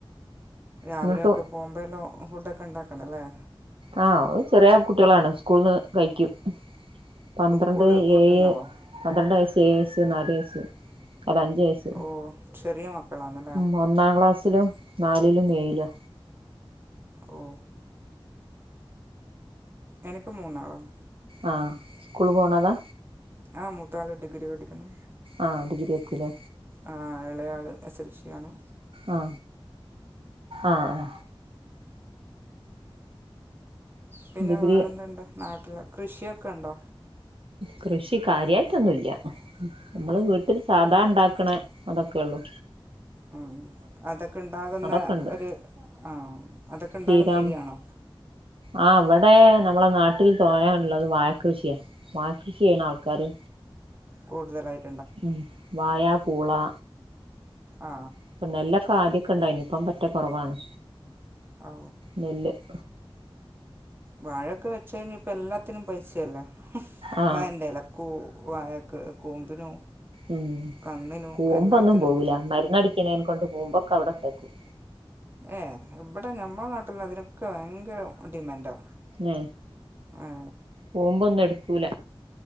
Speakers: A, on the right (about 25°); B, on the right (about 70°).
A: രാവിലെ
B: നിങ്ങൾക്ക്
A: ഒക്കെ പോകുമ്പോല്ലാം ഫുഡ് ഒക്കെ ഉണ്ടാക്കണല്ലേ?
B: ആഹ് ഓര് ചെറിയ കുട്ടികളാണ് സ്കൂള്ന്ന് കഴിക്കും. പന്ത്രണ്ട്,
A: സ്കൂളിൽ ഫുഡ്
B: ഏഴ്,
A: ഉണ്ടാവോ
B: പന്ത്രണ്ട് വയസ്, ഏഴ് വയസ്, നാല് വയസ്. അല്ല അഞ്ച് വയസ്സ്
A: ഓ ചെറിയ മക്കളാണല്ലേ
B: ഉ ഒന്നാം ക്ലാസ് ും നാലിലും ഏഴ്ലാ
A: ഓ എനിക്ക് മൂന്നാളാണ്.
B: ആ സ്കൂള് പോണതാ?
A: ആ മൂത്താള് ഡിഗ്രി പഠിക്കുന്നു.
B: ആ ഡിഗ്രി എത്തിലേ
A: ആ ഇളയാൾ എസ് എൽ സിയാണ്
B: ആ ആ ആ
A: പിന്നെ
B: ഡിഗ്രി
A: വേറെന്തുണ്ട് നാട്ടില്, കൃഷിയൊക്കെ ഉണ്ടോ?
B: കൃഷി കാര്യായിട്ടൊന്നുംല്ല. നമ്മള് വീട്ടിൽ സാധാ ഉണ്ടാക്കണേ അതൊക്കെയുള്ളൂ.
A: ഉ അതൊക്കെ ഉണ്ടാകുന്ന
B: അതൊക്കെണ്ട്
A: ഒരു ആ അതൊക്കെ
B: <unintelligible>
A: ഉണ്ടാകുന്ന ഏരിയാണോ
B: ആ അവിടെ നമ്മളെ നാട്ടിൽ ഉള്ളത് വാഴകൃഷിയാ വാഴ കൃഷിയാണ് ആൾക്കാര്
A: കൂടുതലായിട്ട്.
B: ഉം വായാ പൂളാ
A: ആ
B: ഇപ്പ നെല്ലൊക്കെ ആദ്യൊക്കെണ്ടായ്നി ഇപ്പം പറ്റെ കൊറവാണ്
A: ആ
B: നെല്ല് <inaudible>
A: വാഴൊക്കെ വെച്ചയിഞ്ഞാ ഇപ്പ എല്ലാത്തിനും പൈസയല്ലേ.
B: ആ
A: വാഴന്റെ ഇലക്കു വായക്കു കൂമ്പിനും
B: ഉം
A: കന്നിനും
B: കൂമ്പൊന്നും
A: എല്ലാത്തിനും
B: പോവൂല്ല മരുന്നടിക്ക എൻ കൊണ്ടു കുമ്പോക്കെ അവിടെട്ടക്കും.
A: ഏ ഇവിടെ നമ്മളെ നാട്ടില് അതിനൊക്കെ ഭയങ്കര ഡിമാൻഡാ.
B: ഏ
A: ഏ
B: കൂമ്പൊന്നും എടുക്കൂല.